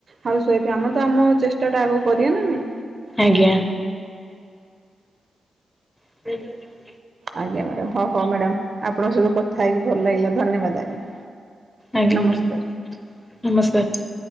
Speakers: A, on the right; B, in the centre.
A: ହାଉସ ୱାଇଫ ଆମର ତ ଆମ ଚେଷ୍ଟା ଟା ଆଗ କରିବା ନା ନାଇଁ।
B: ଆଜ୍ଞା <inaudible>
A: ଆଜ୍ଞା ମ୍ୟାଡ଼ାମ ହଁ ହଁ ମ୍ୟାଡ଼ାମ ଆପଣଙ୍କ ସହିତ କଥା ହେଇକି ଭଲ ଲାଗିଲା ଧନ୍ୟବାଦ ଆଜ୍ଞା।
B: ଆଜ୍ଞ
A: ନମସ୍କାର।
B: ମ୍ୟାଡ଼ାମ ନମସ୍କାର।